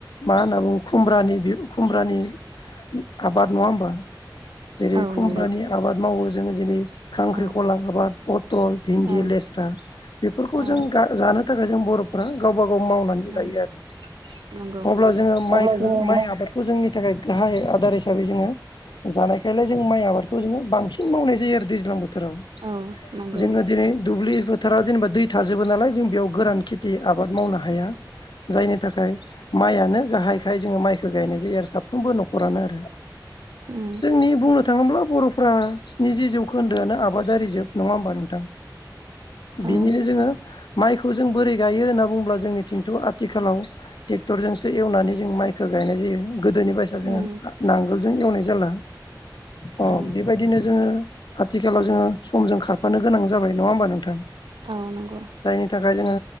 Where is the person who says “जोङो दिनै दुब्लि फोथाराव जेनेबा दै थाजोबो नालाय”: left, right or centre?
Left